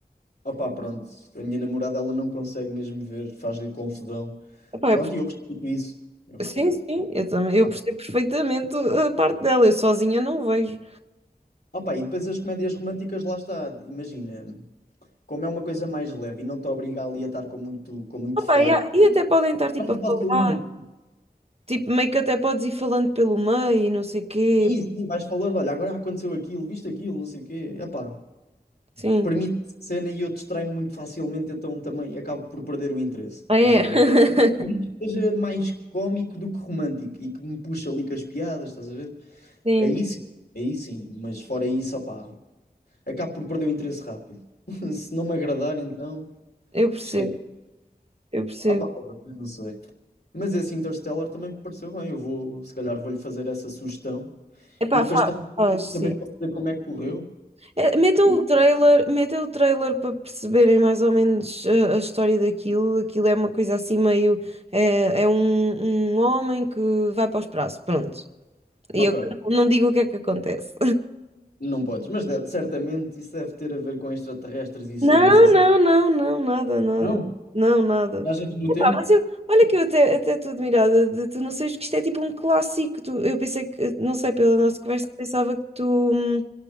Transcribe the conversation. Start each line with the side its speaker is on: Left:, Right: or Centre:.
Left: Opá, pronto, a minha namorada ela não consegue mesmo ver, faz-lhe confusão.
Right: Epá,
Left: Pronto,
Right: eu
Left: e eu respeito isso, eu respeito.
Right: Sim, sim, eu também, eu
Left: Ah,
Right: percebo perfeitamente a parte dela, eu sozinha não vejo.
Left: opá, e depois as comédias românticas, lá está, imagina como é uma coisa mais leve e não te obriga ali a estar com muito, com muito
Right: Opa,
Left: foco,
Right: e, há- e até podem estar tipo
Left: bem
Right: a
Left: facilmente.
Right: falar, tipo, meio que até podes ir falando pelo meio e não sei quê.
Left: Sim, sim, vais falando, olha, agora aconteceu aquilo, viste aquilo, não sei o quê. Epá,
Right: Sim.
Left: permite essa cena e eu distraio-me muito facilmente, então também acabo por perder o interesse,
Right: Ah,
Left: estás
Right: é?
Left: a ver?
Right: <laughs>
Left: É Muito que seja mais cómico do que romântico e que me puxa ali com as piadas, estás a ver?
Right: Sim,
Left: Aí sim, aí sim, mas fora isso, opá, acabo por perder o interesse rápido. <laughs> Se não me agradar, então,
Right: eu percebo,
Left: esquece.
Right: eu percebo.
Left: Opá, não sei. Mas esse Interstellar também me pareceu bem, eu vou, se calhar vou-lhe fazer essa sugestão
Right: Epá,
Left: E depois
Right: fa-
Left: tam-
Right: faz, sim.
Left: também posso dizer como é que correu.
Right: É, metam o trailer, metam o trailer para perceberem mais ou menos a, a história daquilo. Aquilo é uma coisa assim meio. É, é um, um homem que vai para os prazos, pronto. E
Left: Ok,
Right: eu não digo o que é que acontece.
Left: não podes, mas deve- certamente isso deve ter a ver com extraterrestres e cenas
Right: Não,
Left: assim.
Right: não, não, não, nada, nada.
Left: Não,
Right: Não, nada.
Left: viagens no
Right: Epá,
Left: tempo.
Right: mas eu, olha que eu até até estou admirada de tu não seres, que isto é tipo um clássico. Tu, eu pensei que, não sei, pela nossa conversa, pensava que tu. hum,